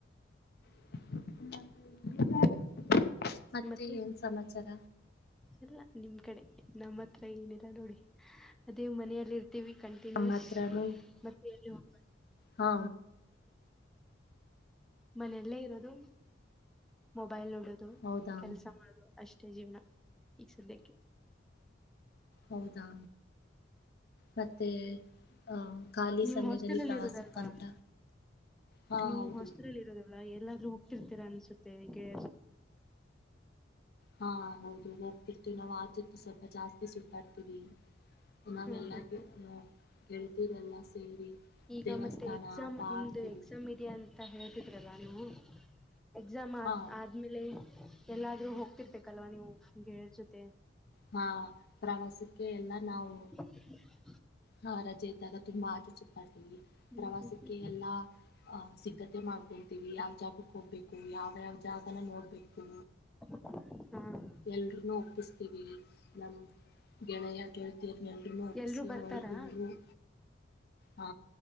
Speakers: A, on the left (about 55°); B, in the centre.
A: <unintelligible> <inaudible>
B: ಮತ್ತೆ
A: ಏನ್ ಸಮಾಚಾರ
B: ಎಲ್ಲ ನಿಮ್ ಕಡೆ ನಮ್ಮ ಹತ್ರ ಏನಿಲ್ಲ ನೋಡಿ ಅದೇ ಮನೆಯಲ್ಲಿರ್ತ ಕಂಟಿನ್ಯೂಸ್
A: ನಮ್ಮ ಹತ್ರನು
B: ಮತ್ತೆ ಎಲ್ಲಿ ಹೋಗ್ಬ
A: ಹಾ
B: ಮನೆಯಲ್ಲೇ ಇರೋದು ಮೊಬೈಲ್ ನೋಡೋದು
A: ಹೌದಾ
B: ಕೆಲ್ಸ ಮಾಡುದು ಅಷ್ಟೇ ಜೀವನ ಈಗ ಸದ್ಯಕ್ಕೆ
A: ಹೌದಾ ಮತ್ತೆ ಅಹ ಖಾಲಿ
B: ನೀವು
A: ಸಮಯದಲ್ಲಿ
B: ಹಾಸ್ಟೆಲ್ಲ್
A: ಪ್ರವಾಸಕ್ಕಂತ
B: ಇರೋದಲ್ವಾ
A: ಹಾ
B: ನೀವು
A: ಹೌದು
B: ಹಾಸ್ಟೆಲ್ಲ್ಇರೋದಲ್ ಎಲ್ಲಾದ್ರೂ ಹೋಗಟ್ಟಿರ್ತೀರ ಅನ್ಸುತ್ತೆಗೆ
A: ಹಾ ಹೌದು ಹೋಗ್ತಿರ್ತೀವಿ ನಾವು ಆತ್ತು ಸ್ವಲ್ಪ ಜಾಸ್ತಿ ಸುಟ್ಟಾಡ್ತೀವಿ ನಾವೆಲ್ಲ
B: ಹ್ಮ್ ಹ್ಮ್ ಹ್ಮ್
A: ಗೆಳತರೆಲ್ಲ ಸೇರಿ
B: ಈಗ
A: ದೇವಸ್ಥಾನ
B: ಮತ್ತೆ ಎಕ್ಸಾಮ್
A: ಪಾರ್ಕು
B: ನಿಮ್ದು ಎಕ್ಸಾಮ್ ಇದೆ ಅಂತ ಹೇಳ್ತಿದ್ರಲ್ಲ ನೀ ಎಕ್ಸಾಮ್ ಆದ್
A: ಹಾ
B: ಆದ್ಮೇಲೆ ಎಲ್ಲಾದ್ರೂ ಹೋಗ್ತಿರ್ಬೇಕಲ್ವಾ ನೀವುಗೆಳರ್ ಜೊತೆ
A: ಹಾ ಪ್ರವಾಸಕ್ಕೆ ಎಲ್ಲ ನಾವು
B: ತಿ <unintelligible>
A: ಹಾ ರಜೆ ಇದ್ದಾಗ ತುಂಬಾ ಆಚೆ ಚುತಾಡ್ತಿವಿ
B: ಹ್ಮ್
A: ಪ್ರವಾಸಕ್ಕೆ
B: ಹ್ಮ್ ಹ್ಮ್
A: ಎಲ್ಲಾ ಅ ಸಿದ್ಧತೆ ಮಾಡ್ಕೊಂತೀವಿ ಯಾವ್ ಜಾಗಕ್ ಹೋಗ್ಬೇಕು ಯಾವ ಯಾವ್ ಜಾಗನ ನೋಡ್ಬೇಕು
B: <unintelligible> ಹ್ಮ್
A: ಎಲ್ರೊನು ಒಪ್ಪಿಸ್ತೀವಿ ನಮ. ಗೆಳೆಯ ಗೆಳತೀ ಎಲ್ರೂನು ಒಪ್ಸೀ
B: ಎಲ್ರೂ
A: <unintelligible>
B: ಬರ್ತಾರಾ
A: ಹಾ